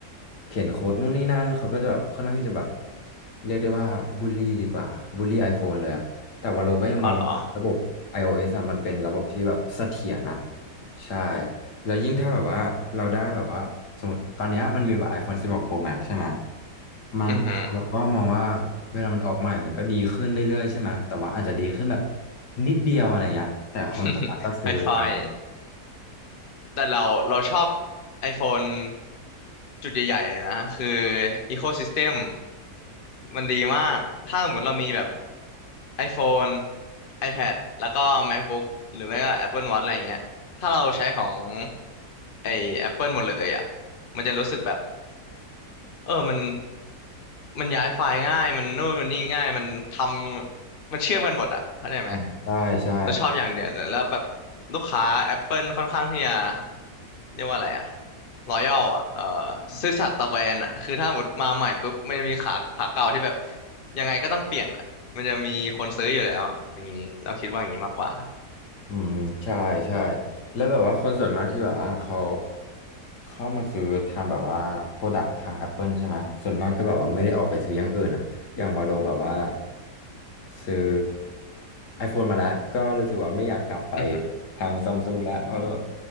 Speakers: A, on the left (about 80°); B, on the left (about 35°).
A: เขียนโค้ดนู่นนี่นั่นเขาก็จะแบบค่อนข้างที่จะแบบเรียกได้ว่าบูลลี่ดีกว่าบูลลี่ iPhone เลยอะแต่วาโลก็ยังมองว่าระบบ
B: อ๋อเหรอ
A: iOS อะมันเป็นระบบที่แบบเสถียรอะใช่ แล้วยิ่งถ้าแบบว่าเราได้แบบว่าสมมติตอนเนี้ยมันมีแบบ iPhone 16 Pro Max ใช่ไหมมันเราก็มองว่าเวลามันออกใหม่มันก็ดีขึ้นเรื่อยๆใช่ไหมแต่ว่าอาจจะดีขึ้นแบบ
B: อือฮึ
A: นิดเดียวอะไรเงี้ยแต่คนสามารถก็ซื้อกัน
B: <laughs> ไม่ค่อย แต่เราเราชอบ iPhone จุดใหญ่ๆเลยนะคือ Ecosystem มันดีมาก ถ้าสมมติเรามีแบบ iPhone iPad แล้วก็ MacBook หรือไม่ก็ Apple Watch อะไรอย่างเงี้ยถ้าเราใช้ของไอ้ Apple หมดเลยอ่ะมันจะรู้สึกแบบเออมันมันย้ายไฟล์ง่ายมันนู่นมันนี่ง่ายมันทำมันเชื่อมกันหมดอ่ะเข้าใจไหม
A: อืมใช่ใช่
B: เราชอบอย่างเดียวเลยแล้วแบบลูกค้า Apple ค่อนข้างที่จะเรียกว่าอะไรอะรอยัลอะเอ่อซื่อสัตย์ต่อแบรนด์อะคือถ้าหมดมาใหม่ปุ๊บมันจะมีขาขาเก่าที่แบบยังไงก็ต้องเปลี่ยนอะมันจะมีคนซื้ออยู่แล้วอย่างนี้เราคิดว่าอย่างนี้มากกว่า
A: อืมใช่ใช่แล้วแบบว่าคนส่วนมากที่แบบว่าเขาเข้ามาซื้อทางแบบว่าโปรดักต์ทาง Apple ใช่ไหมส่วนมากก็แบบว่าไม่ได้ออกไปซื้ออย่างอื่นอ่ะอย่างวาโลแบบว่าซื้อ iPhone มาแล้วก็รู้สึกว่าไม่อยากกลับไป
B: อือหือ
A: ทางซัมซุงแล้วเพราะเราแบบ